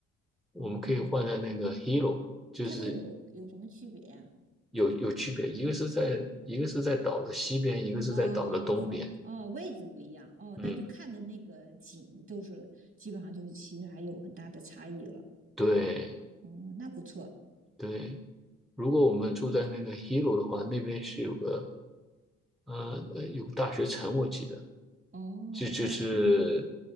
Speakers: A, in the centre; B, on the right.
A: 我们可以换在那个
B: 哦，
A: Hilo，就是
B: 它这有有什么区别呀、
A: 有有区别，一个是在一个是在岛的西边，一个是在岛的东边。
B: 哦哦，位置不一样哦，那就看的那个景都是基本上就是其实还有很大的差异了。
A: 嗯，对
B: 哦，那不错。
A: 对。如果我们住在那个 Hilo 的话，那边是有个呃呃有个大学城，我记得
B: 哦，
A: 这就就是
B: 那